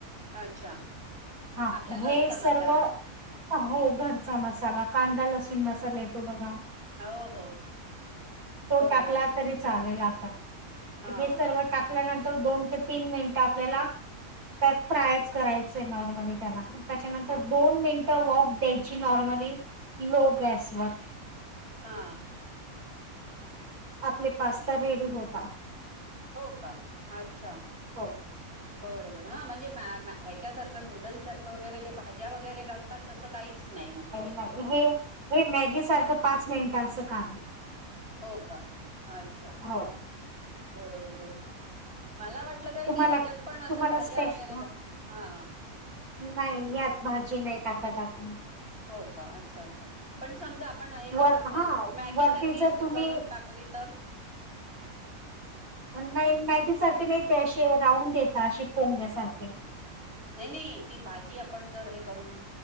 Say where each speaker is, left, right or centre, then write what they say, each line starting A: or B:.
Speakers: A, on the right (about 40°); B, on the right (about 80°).
A: अच्छा.
B: हा,
A: आपला घरचा
B: हे सर्व
A: मसाला
B: हो, घरचा मसाला, कांदा लसूण मसाला येतो बघा.
A: हो हो.
B: तो
A: बरोबर
B: टाकला तरी चालेल आता,
A: हा
B: हे सर्व
A: हा
B: टाक ल्यानंतर दोन ते तीन मिनिट, आपल्याला त्यात फ्रायच करायचंय नॉर्मली त्याला. त्याच्यानंतर
A: हा
B: दोन मिनिटं वॉफ द्यायची नॉर्मली लो गॅसवर.
A: हां.
B: आपले पास्ता रेडी होता.
A: हो का? अच्छा.
B: हो
A: बर बर ह म्हणजे मॉ मॉ ह्याच्या सारखं, नूडल् सारखं वगैरे ते भाजी वगैरे घालतात, तसं काहीच नाही, म्हणजे ह्याच्यात.
B: नाही हे हे मॅगी सारखं, पाच मिनिटांचं काम,
A: हो का? अच्छा,
B: हो
A: बर बर मला वाट ल का
B: तुम्हाला
A: की ह्याच्यात पण, अस
B: तुम्हाला
A: भाज्या
B: स्पेश
A: वगैरे घा हा.
B: नाही, यात भाजी नाही टाकात आपूण.
A: हो का? अच्छा अच्छा. पण समजा आपण, हे
B: वर
A: करून,
B: हा
A: मॅगी
B: वरती
A: सारखी
B: जर तुम्ही
A: करून टाकली तर.
B: नाही मॅगी सारखे नाही, ते अशे राऊंड येता अशी पोग्या सारखे.
A: नाही, नाही, ती, भाजी आपण, जर हे करून,